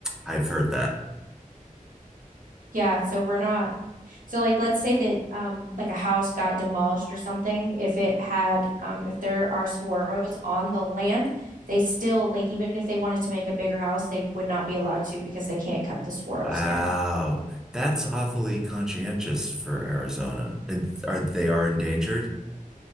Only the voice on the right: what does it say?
Yeah, so we're not So like let's say that um like a house got demolished or something, if it had um if there are saguaros on the land, they still like even if they wanted to make a bigger house, they would not be allowed to because they can't cut the saguaros
down.